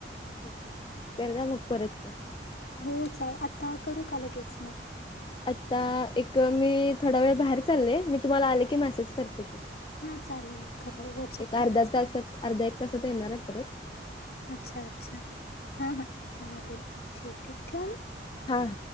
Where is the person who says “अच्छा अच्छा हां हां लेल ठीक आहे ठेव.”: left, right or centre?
Left